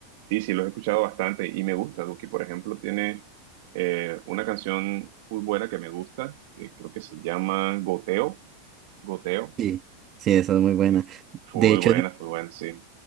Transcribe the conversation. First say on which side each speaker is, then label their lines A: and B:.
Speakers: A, on the right; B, on the right.
A: sí, sí, los he escuchado bastante y me gusta. Duki, por ejemplo, tiene eh, una canción full buena que me gusta, que creo que se llama Goteo, Goteo,
B: Sí, sí, esa es muy buena.
A: eh, full
B: De hecho,
A: buena, full buena, sí.